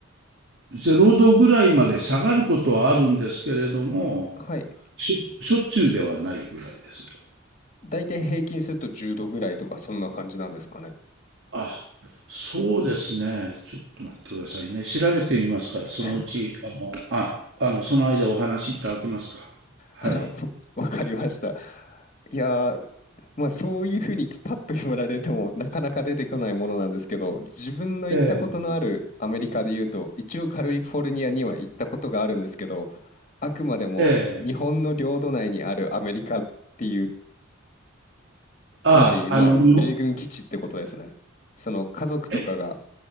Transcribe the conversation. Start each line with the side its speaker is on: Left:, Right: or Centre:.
Right: 0度ぐらいまで下がることはあるんですけれども、
Left: はい
Right: しょ、しょっちゅうではないぐらいです。
Left: 大体平均すると10度ぐらいとかそんな感じなんですかね
Right: あ、そうですね。ちょっと待ってくださいね。調べてみますから、そのうち、
Left: <laughs>
Right: あの、あ、あの、その間お話しいただけますか。はい。
Left: あわかりましたいやーまあそういうふうにパッと言われてもなかなか出てこないものなんですけど、自分の行ったことのあるアメリカで言うと、
Right: ええ、
Left: 一応カリフォルニアには行ったことがあるんですけど、あくまでも日本の領土内にあるアメリカっていう、
Right: ええ。あ、
Left: つまりまあ米軍基地ってことですね。
Right: あの、日本、
Left: その家族とかが
Right: え、